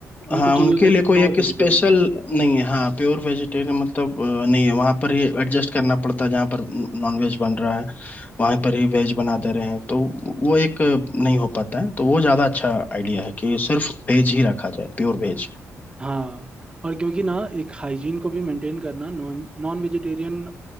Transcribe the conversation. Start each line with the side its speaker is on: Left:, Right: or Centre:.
Left: हाँ
Right: उनको
Left: उनके
Right: चाहिए होता है
Left: लिए
Right: कि
Left: कोई
Right: प्योर
Left: एक
Right: वेजिटेरियन
Left: स्पेशल नहीं है हाँ प्योर वेजिटेरियन मतलब अ, नहीं है वहाँ पर ही एडजस्ट करना पड़ता है जहाँ पर नॉन वेज बन रहा है वहाँ पर ही वेज बना दे रहे हैं तो वो एक अ, नहीं हो पाता है तो वो ज़्यादा अच्छा आइडिया है कि सिर्फ वेज ही रखा जाए प्योर वेज
Right: हाँ और क्योंकि ना एक हाइजीन को भी मेंटेन करना नॉन नॉन वेजिटेरियन